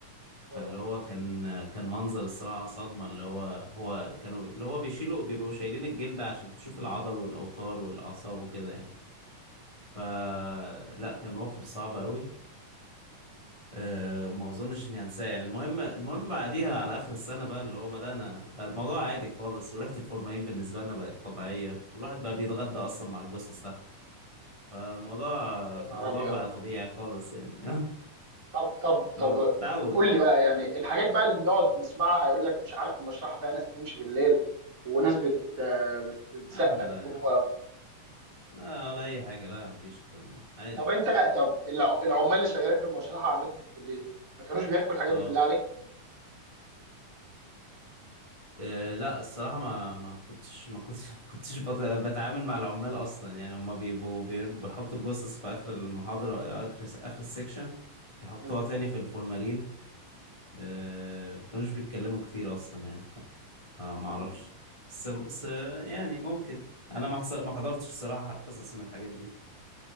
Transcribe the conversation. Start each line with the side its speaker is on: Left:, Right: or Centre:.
Left: فاللي
Right: اه
Left: هو كان كان منظر الصراحة صدمة اللي هو هو كانوا اللي هو بيشيلوا بيبقوا شايلين الجلد عشان تشوف العضل والأوتار والأعصاب وكده يعني فلا كان موقف صعب قوي أه ما اظنش اني هنساه يعني المهم المهم بعديها على اخر السنه بقى اللي هو بدانا بقى الموضوع عادي خالص وريحه الفورمالين بالنسبه لنا بقت طبيعيه والواحد بقى بيتغدى اصلا مع الجثث تحت فالموضوع
Right: يا
Left: الموضوع
Right: نهار ابيض
Left: بقى طبيعي خالص يعني
Right: طب طب طب
Left: <laughs> اه بتتعود
Right: طب قول لي بقى يعني الحاجات بقى اللي نقعد نسمعها هيقول لك مش عارف المشرحه فيها ناس بتمشي بالليل وناس بت آه، بت- بتسقف
Left: يا عم لا
Right: جوه
Left: يا عم لا ولا اي حاجه لا مفيش الكلام ده عادي
Right: طب انت طب الع- العمال اللي شغالين في المشرحه عندكم في الكليه ما كانوش بيحكوا الحاجات
Left: اه
Right: دي بالله عليك؟
Left: آه، لا الصراحة ما ما كنتش ما كنتش <laughs> ما كنتش بت- بتعامل مع العمال أصلا يعني هما بيبقوا بير- بيحطوا الجثث في آخر المحاضرة آخر آخر السكشن بيحطوها
Right: مم.
Left: تاني في الفورمالين آه، ما كانوش بيتكلموا كتير أصلا يعني آه، ما
Right: مم.
Left: أعرفش بس بس يعني ممكن أنا ما حص- ما حضرتش الصراحة قصص من الحاجات دي